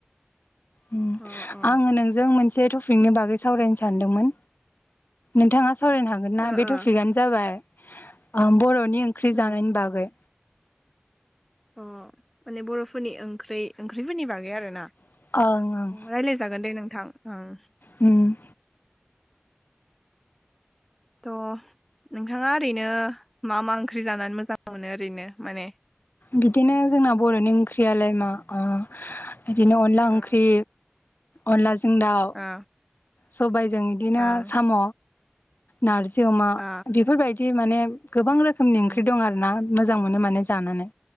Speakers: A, on the left; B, in the centre.
A: उम
B: अ अ
A: आङो नोंजों मोनसे टपिकनि बागै सावरायनो सानदोंमोन नोंथाङा सावरायनो हागोन ना
B: ओ
A: बे
B: ओ
A: टपिकनो जाबाय आं बर'नि ओंख्रि
B: उम
A: जानायनि बागै
B: अ माने बरफ फोरनि ओंख्रै ओंख्रिफोरनि बागै आरो ना।
A: ओं ओं
B: रायलायजागोन दे नोंथां ओं।
A: ओम
B: थ' नोंथाङा ओरैनो मा मा ओंख्रि जानानै मोजां मोनो ओरैनो माने?
A: बिदिनो जोंना बर'नि ओंख्रियालाय मा ओ बिदिनो अनला
B: ओ
A: ओंख्रि अनलाजों दाउ,
B: ओ
A: सबायजों बिदिनो
B: ओं
A: साम' नारजि अमा
B: ओ
A: बेफोरबायदि माने गोबां रोखोमनि
B: उम
A: ओंख्रि दं आरो ना। मोजां मोनो माने जानानै।